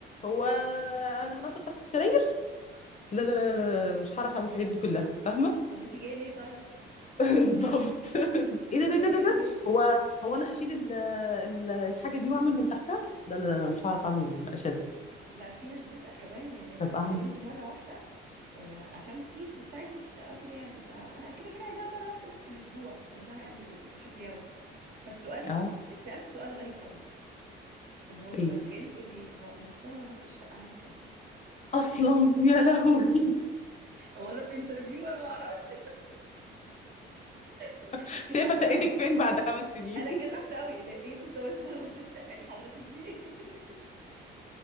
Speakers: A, on the left; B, on the right.
A: هو انا هنضف تحت السراير لا لا لا لا لا، مش هعرف اعمل الحاجات دي كلها فاهمه
B: أما أنت جاية ليه طيب
A: بالظبط <laughs> ايه ده ده
B: أنت
A: ده
B: جاية
A: ده ده
B: ليه
A: هو هو انا هشيل ال- ال- الحاجه دي واعمل من تحتها لا لا لا لا، مش هعرف اعمل اشيلها
B: لا ده في ناس بتسأل كمان يعني كنت
A: طب
B: اتكلمت
A: اعمل
B: مرة واحدة آه، عشان تيجي تساعدني في الشقة وكده يعني فأنا كده كده عايزاها مرة واحدة بس في الأسبوع مش عايزاها يعني بشكل يومي فالسؤال
A: إيه؟ اه
B: اتسألت سؤال غريب قوي اللي هو ايه
A: ايه
B: بقى تخيلي تقولي ايه هو مستوى نظافة الشقة عندك قد ايه؟
A: اصلا يا لهوي
B: هو انا في انترفيو انا ما اعرفش <laughs>
A: <laughs>
B: اتكسفت
A: شايفه شقتك
B: قوي
A: فين بعد خمس سنين
B: انا اتكسفت قوي اللي ايه مستوى <laughs> نظافة الشقة دي حضرتك فيه <laughs>